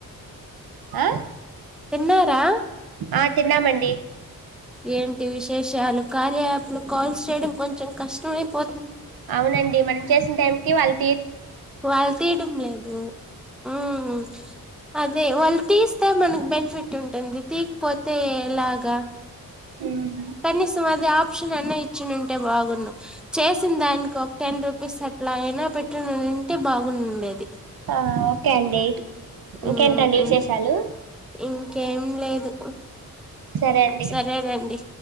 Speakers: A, on the right; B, in the centre.
A: ఆ
B: తిన్నారా
A: ఆ తిన్నామండి
B: ఏంటి విశేషాలు కార్యయాప్ ఇప్పుడు కాల్స్ చేయడం కొంచెం కష్టమయిపోత్
A: అవునండి మనం చేసిన టైంకి వాళ్
B: వాళ్ళు తీయడం లేదు మ్మ్ అదే వాళ్ళు తీస్తే మనకు బెనిఫిట్ ఉంటుంది తీకపోతే ఎలాగా
A: ఉమ్.
B: కనీసం అది ఆప్షన్ అన్నా ఇచ్చునుంటే బాగుండు చేసిన దానికి ఒక టెన్ రూపీస్ అట్లా అయినా పెట్టనున్నింటే బాగునుండేది
A: ఆ ఓకే అండి
B: మ్మ్
A: ఇంకేంటండి విశేషాలు
B: ఇంకేం లేదు
A: సరే అండి
B: సరేనండి